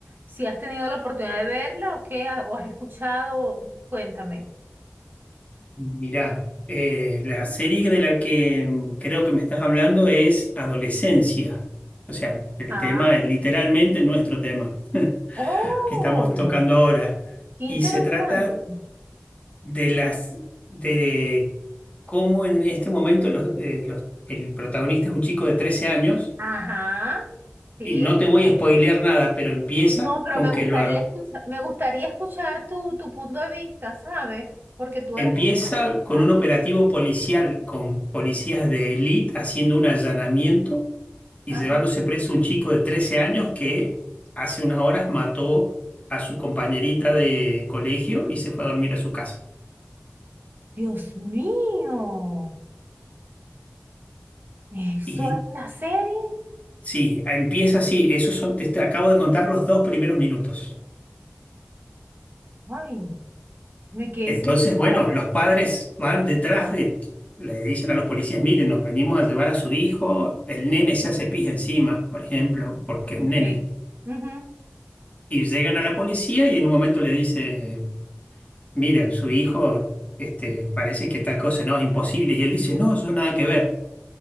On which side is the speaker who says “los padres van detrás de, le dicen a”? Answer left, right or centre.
Left